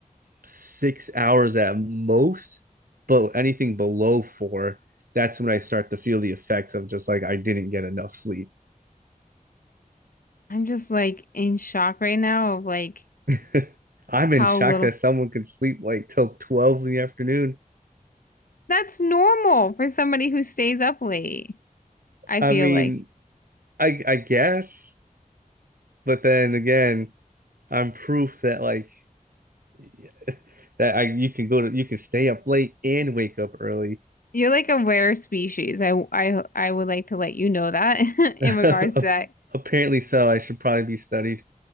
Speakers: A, on the right (about 75°); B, on the left (about 75°).
A: six hours at most, but anything below four, that's when I start to feel the effects of just like I didn't get enough sleep.
B: I'm just like in shock right now of like
A: <laughs> I'm in
B: how
A: shock
B: little
A: that someone can sleep like till 12 in the afternoon.
B: that's normal for somebody who stays up late. I
A: I
B: feel
A: mean,
B: like
A: I I guess, but then again, I'm proof that like <laughs> that I you can go to you can stay up late and wake up early.
B: you're like a rare species. I I I would like to let you know that
A: <laughs>
B: <laughs> in regards to that.
A: Apparently so I should probably be studied.